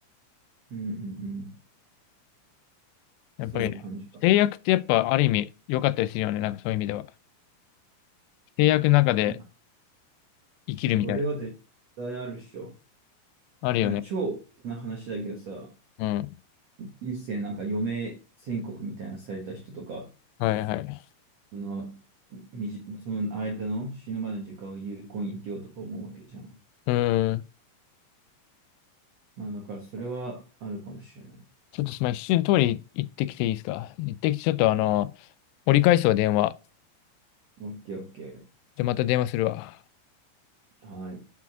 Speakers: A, on the right (about 80°); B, on the left (about 85°).
A: うんうん、
B: やっぱりね、
A: そういう感じか。
B: 制約ってやっぱある意味良かったりするよね。なんかそういう意味では。制約の中で
A: なんか、
B: 生きるみたいな。
A: それは絶対あるっしょ。
B: あるよね。
A: なんか、超大きな話だけどさ、
B: うん。
A: 一世なんか余命宣告みたいなされた人とか、
B: はいはい。
A: その、みじ、その間の死ぬまでの時間を有効に生きようとか思うわけじゃん。
B: うーん。
A: まあ、だからそれはあるかもしれない。
B: ちょっとすみません。一瞬通り行ってきていいですか行ってきて、ちょっとあの、折り返すわ、電話。
A: オッケーオッケ
B: じゃあまた電話するわ。
A: ー。はい。